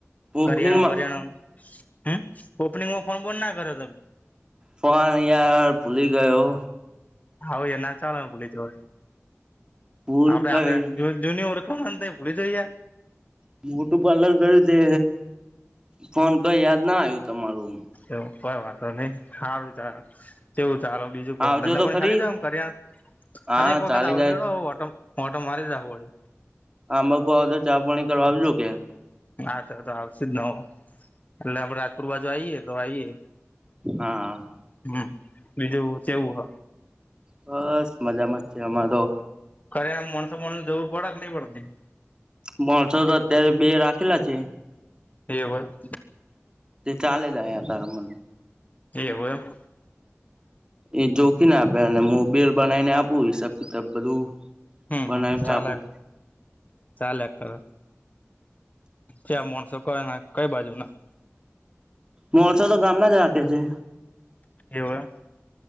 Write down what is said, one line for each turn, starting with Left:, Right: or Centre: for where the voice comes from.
Right: ઓપનિંગમાં
Left: કરિયાણા હા, ઓપનિંગમાં ફોન બંધ ના કર્યો તમે?
Right: પણ યાર ભૂલી ગયો.
Left: હા, એ નાચવાળને ભૂલી જો
Right: ભૂલી
Left: આપણે
Right: ગયો
Left: આટલી
Right: યાર
Left: જૂની ઓળખાણ ખૂલી જઈએ.
Right: બ્યુટીપાર્લર કર્યું તે ફોન કરવાની યાદ ના આવ્યું તમારું.
Left: એવું કોઈ વાતો નઈ સારું કેવું ચાલો બીજું કો
Right: આવજો
Left: ધંધા
Right: તો
Left: પાણી
Right: ખરી
Left: સારી રીતે કરી રહ્યા?
Right: હા
Left: અરે એક વખત
Right: ચાલી
Left: આવડો
Right: જાય
Left: ઓટો મારી જખું પડે
Right: આમાં કો તો ચા-પાણી કરવા આવજો કે
Left: હા, તો આવશે જ નવ એટલે અમે રાજકોર બાજુ તો આઈએ આઈએ.
Right: હા.
Left: હમ્મ, બીજું ચેવુ હ?
Right: બસ મજામાત છે, અમાતો?
Left: ખરે આમ માણસો-માણસ જવર પડે કે નહીં પડતી
Right: માણસો તો અત્યારે બે રાખેલા છે.
Left: એે ભાઈ
Right: ચાલ જાયે અત્યારે મને
Left: એેવું એમ
Right: એ જોખીને આપે અને મોકરેલુ બનાવીને આપું હિસાબ કિતાબ બધું.
Left: હમ્મ,
Right: બનાવીને
Left: હમ્મ, ચાલે,
Right: આપું
Left: ચાલે કરે. ક્યા માણસો કઈ બાજુના
Right: મોણસો તો ગામના જ રાખે છે.
Left: એવું એમ